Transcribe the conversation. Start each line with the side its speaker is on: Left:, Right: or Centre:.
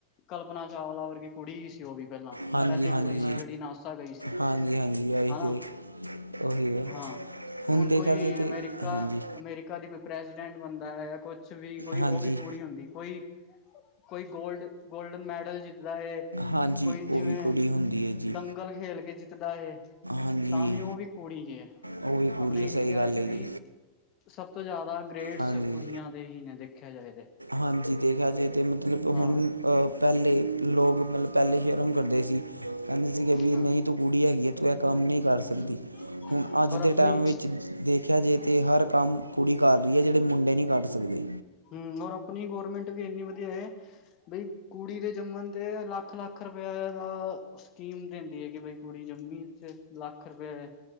Left: ਕਲਪਨਾ ਚਾਵਲਾ ਵਰਗੀ ਕੁੜੀ ਹੀ ਸੀ ਉਹ ਵੀ। ਪਹਿਲਾਂ
Right: ਹਾਂਜੀ
Left: ਪਹਿਲੀ
Right: ਹਾਂਜੀ
Left: ਕੁੜੀ ਸੀ ਜਿਹੜੀ ਨਾਸਾ ਗਈ ਸੀ
Right: ਹਾਂਜੀ ਹਾਂਜੀ ਆਹੀ
Left: ਹਨਾ।
Right: ਤੇ ਉਹੀ ਹੈ
Left: ਹਾਂ, ਹੁਣ
Right: ਦੇਖਿਆ
Left: ਕੋਈ
Right: ਜੇ ਤੇ
Left: ਅਮੇਰੀਕਾ
Right: ਹਾਂਜੀ
Left: ਅਮਰੀਕਾ ਕਦੀ ਕੋ ਪ੍ਰੈਸੀਡੈਂਟ ਬਣਦਾ ਹੈ ਯ ਕੁਛ ਵੀ ਕੋਈ
Right: ਹਾਂਜੀ
Left: ਉਹ ਵੀ ਕੁੂੜੀ ਹੁੰਦੀ ਕੋਈ ਕੋਈ ਗੋਲਡ ਗੋਲਡਨ ਮੈਡਲ ਜਿੱਤਦਾ ਹੈ।
Right: ਹਾਂਜੀ
Left: ਕੋਈ
Right: ਉਹ
Left: ਜਿਵੇਂ
Right: ਵੀ ਕੁੜੀ ਹੁੰਦੀ ਹੈ ਜੀ
Left: ਦੰਗਲ ਖੇਲ ਕੇ ਜਿੱਤਦਾ ਹੈ।
Right: ਹਾਂਜੀ
Left: ਤਾਂ ਵੀ ਉਹ ਵੀ ਕੁੜੀ ਈ ਹੈ
Right: ਉਹ ਵੀ ਕੁੜੀ
Left: ਆਪਣੇ
Right: ਹੈ
Left: ਇੰਡੀਆ
Right: ਸਹੀ ਗੱਲ
Left: ਚ
Right: ਹੈ
Left: ਵੀ
Right: ਜੀ
Left: ਸਭ ਤੋਂ ਜ਼ਿਆਦਾ ਗ੍ਰੇਟਸ
Right: ਹਾਂਜੀ
Left: ਕੁੜੀਆਂ ਦੇ ਹੀ ਨੇ ਦੇਖਿਆ ਜਾਏ ਤੇ।
Right: ਹਾਂਜੀ ਦੇਖਿਆ ਜੇ ਤਾਂ ਮਤਲਬ
Left: ਹਾਂ
Right: ਹੁਣ ਆ ਪਹਿਲੇ ਲੋਕ ਮਤਲਬ ਪਹਿਲੇ ਹੀ ਸ਼ਰਮ ਕਰਦੇ ਸੀ। ਕਹਿੰਦੇ ਸੀਗੇ ਵੀ
Left: ਹਾਂ
Right: ਨਹੀਂ ਤੂੰ ਕੁੜੀ ਹੈਗੀ ਹੈ ਤੂੰ ਇਹ ਕੰਮ ਨਹੀਂ ਕਰ
Left: ਹਮ
Right: ਸਕਦੀ। ਹੁਣ ਅੱਜ
Left: ਔਰ ਆਪਣੀ
Right: ਦੇ ਟਾਈਮ ਵਿੱਚ ਦੇਖ ਦਿਖਐ ਜੇ ਤਾਂ ਹਰ ਕੰਮ ਕੁੜੀ ਕਰ ਰਹੀ ਹੈ ਜਿਹੜੇ ਮੁੰਡੇ ਨਹੀਂ ਕੱਰ ਸਕਦੇ।
Left: ਹੂ ਔਰ ਆਪਣੀ ਗੌਰਮੈਂਟ ਵੀ ਇੰਨੀ ਵਧੀਆ ਐ। ਬਈ ਕੁੜੀ ਦੇ ਜੰਮਣ ਤੇ ਲੱਖ- ਲੱਖ ਰੁਪਏ ਦਾ ਸਕੀਮ ਦਿੰਦੀ ਹੈ ਕਿ ਭਈ ਕੁੜੀ ਜੰਮੀ 'ਚ ਲੱਖ ਰੁਪਏ